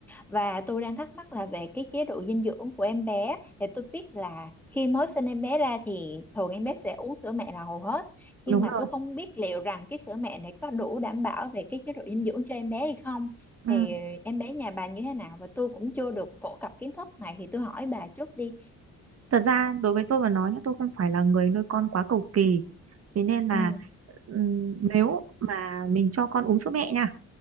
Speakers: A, in the centre; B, on the right (about 55°).
A: và tôi đang thắc mắc là về cái chế độ dinh dưỡng của em bé thì tôi biết là khi mới sinh em bé ra thì thường em bé sẽ uống sữa mẹ là hầu hết
B: đúng
A: nhưng mà
B: rồi
A: tôi không biết liệu rằng cái sữa mẹ này có đủ đảm bảo về cái chế độ dinh dưỡng cho em bé hay không
B: ừ.
A: thì em bé nhà bà như thế nào và tôi cũng chưa được phổ cập kiến thức này thì tôi hỏi bà trước đi
B: thật ra đối với tôi mà nói nhá tôi không phải là người nuôi con quá cầu kỳ thế nên là
A: ừ
B: ừm, nếu mà mình cho con uống sữa mẹ nha